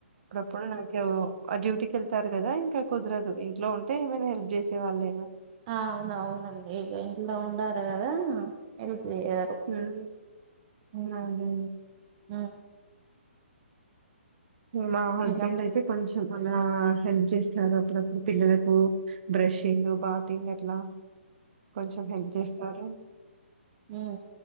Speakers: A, on the right; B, on the right.
A: పుడు నాకేవో ఆ డ్యూటీకి ఎళ్తారు కదా ఇంకా కుదరదు. ఇంట్లో ఉంటే ఏమైనా హెల్ప్ చేసే వాళ్లేమో.
B: ఆ అవునవునండి ఇగ ఇంట్లో ఉండరు కదా. ఎల్ వేయరు
A: హ్మ్.
B: ఉహు
A: అదే.
B: ఉ
A: మా హస్బెండ్
B: ఇక
A: అయితే కొంచం అలా హెల్ప్ చేస్తారు అప్పుడప్పుడు పిల్లలకు బ్రెషింగ్ బాతింగ్ అట్లా కొంచెం హెల్ప్ చేస్తారు.
B: ఉ